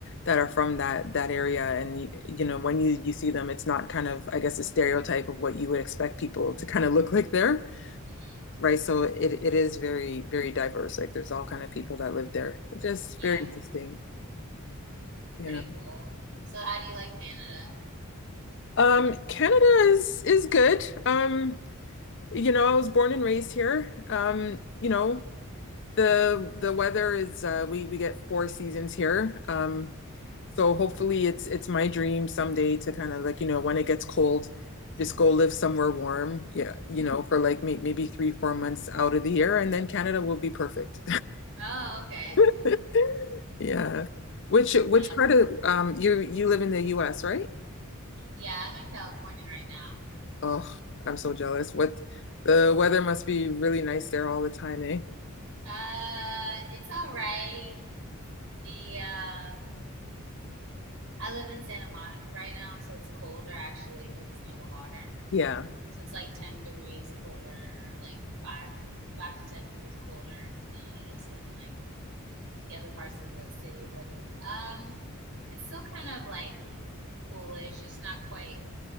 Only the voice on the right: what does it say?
hmm
Yeah,
it's
pretty cool. So, how do you like Canada?
hmm
hmm
Oh, okay.
You wanna?
Yeah, I'm in California right now.
Uh, it's all right. The um, I live in Santa Monica right now, so it's colder actually because it's near the water.
So it's like 10 degrees colder, like five five to 10 degrees colder than it is in like the other parts of the city. But um, It's still kind of like coolish. It's not quite.